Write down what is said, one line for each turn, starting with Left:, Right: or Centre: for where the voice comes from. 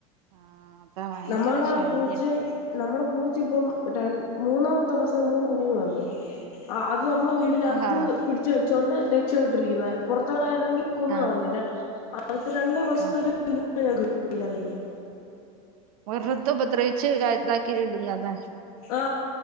Right: ആ അതാ ഭയങ്കര
Left: നമ്മടെ
Right: ശല്യം
Left: പൂച്ചെ നമ്മളെ പൂച്ച ഇപ്പം ര മൂന്നാമത്തെ പ്രസവം മൂന്ന് കുഞ്ഞുങ്ങളുണ്ട് അ അത് അമ്മളെ വീ ടിനത്ത്
Right: ആ
Left: പിടിച്ച് വെച്ചൊണ്ട് രക്ഷപ്പെട്ടിരിക്കുന്ന പുറത്തൊളളാ യിര്ന്നെങ്കി കൊന്ന്
Right: ആ
Left: കളഞ്ഞേനെ ആദ്യത്തെ രണ്ട് പ്രസവത്തി
Right: ആ
Left: <unintelligible>
Right: വെറ്തെ ഉപദ്രവിച്ച് ഇതാക്കി ഇട്ന്നതാ
Left: ആ